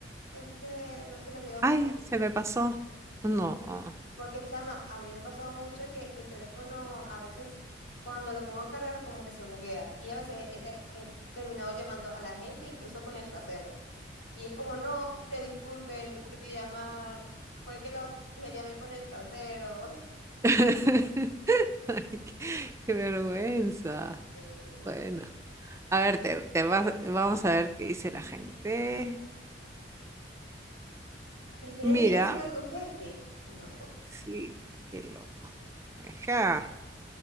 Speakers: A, on the left; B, on the right.
A: es que no se lo envié a usted.
B: Ay, se me pasó. No.
A: Sí,
B: Ah.
A: Porque, chama, a mí me ha pasado mucho que mi teléfono a veces cuando lo pongo a cargar como que se buguea y a veces he, te- he terminado llamando a la gente incluso con el trasero. Y es como, no, mire, disculpe, no quería llamar, fue que lo, le llamé con el trasero. <laughs>
B: <laughs> Ay, qué, qué vergüenza.
A: Eh,
B: Bueno, a ver, te, te vas- vamos a ver qué dice la gente.
A: ujú. ¿Prefieres
B: Mira,
A: enviárselo a tu jefe? Qué loco.
B: sí, qué loco. Ajá.